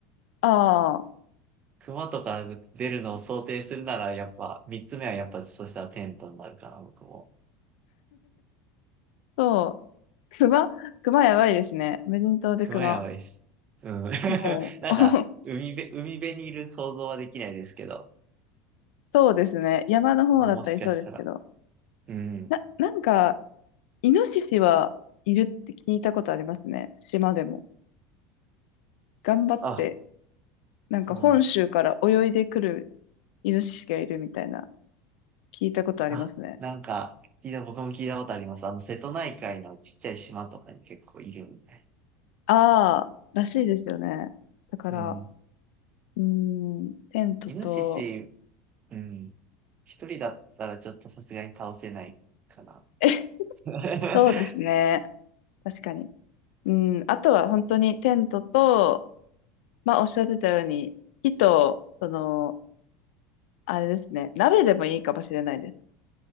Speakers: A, on the left; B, on the right.
A: ああ。
B: 熊とか出るのを想定するなら、やっぱ、三つ目はやっぱ、そしたらテントになるかな、僕も。
A: そう熊、熊やばいですね。無人島で熊。
B: 熊やばいです。うん。<laughs>
A: もう、
B: なんか、
A: <laughs>
B: 海辺、海辺にいる想像はできないですけど、
A: そうですね。山の方だったりそうですけど。
B: まあもしかしたら。うん。
A: な、なんか、イノシシはいるって聞いたことありますね。島でも。頑張って、
B: あ、そうなんだ。
A: なんか本州から泳いでくるイノシシがいるみたいな、聞いたことありますね。
B: あ、なんか、聞いた、僕も聞いたことあります。あの、瀬戸内海のちっちゃい島とかに結構いるみたい。
A: ああ、らしいですよね。だから、
B: うん。
A: うーん、テントと、
B: イノシシ、うん。一人だったらちょっとさすがに倒せないかな。
A: <laughs>
B: <laughs>
A: そうですね。確かに。うん、あとは本当にテントと、まあ、おっしゃってたように、火と、その、あれですね、鍋でもいいかもしれないです。